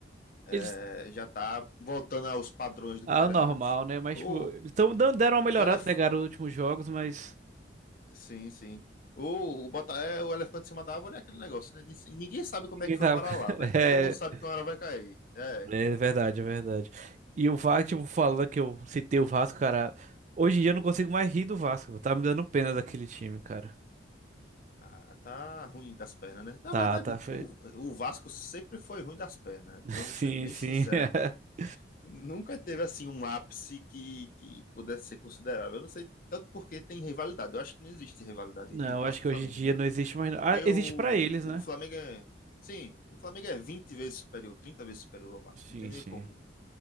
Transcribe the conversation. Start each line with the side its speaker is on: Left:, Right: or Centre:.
Left: é,
Right: Eles.
Left: já tá voltando aos padrões do
Right: Ah,
Left: que era
Right: normal,
Left: antes.
Right: né? Mas,
Left: O,
Right: tipo, eles tão, dan- deram uma melhorada,
Left: o elef...
Right: né, cara, nos últimos jogos, mas
Left: Sim, sim. O, o, bota... é, o elefante em cima da árvore é aquele negócio, né? Nin- Ninguém sabe como
Right: ninguém
Left: é que foi
Right: sabe.
Left: parar lá,
Right: <laughs>
Left: mas todo mundo sabe que uma hora vai cair. É.
Right: né? É verdade, é verdade. E o Vasco, tipo, falando que eu citei o Vasco, cara, hoje em dia eu não consigo mais rir do Vasco. Tá me dando pena daquele time, cara.
Left: Ah, tá ruim das pernas, né? Na
Right: Tá,
Left: verdade,
Right: tá. fe-
Left: o, o Vasco sempre foi ruim das pernas.
Right: <laughs>
Left: Vamos
Right: Sim,
Left: ser bem
Right: sim.
Left: sinceros
Right: <laughs>
Left: Nunca teve assim um ápice que, que pudesse ser considerável. Eu não sei tanto porque tem rivalidade. Eu acho que não existe rivalidade
Right: Não,
Left: entre o Vasco
Right: acho que
Left: e o
Right: hoje
Left: Flamengo,
Right: em dia
Left: né?
Right: não existe mais. não.
Left: Porque
Right: Ah, existe
Left: o,
Right: pra eles, né?
Left: o Flamengo é. Sim, o Flamengo é 20 vezes superior, 30 vezes superior ao Vasco.
Right: Sim,
Left: Não tem nem
Right: sim.
Left: como.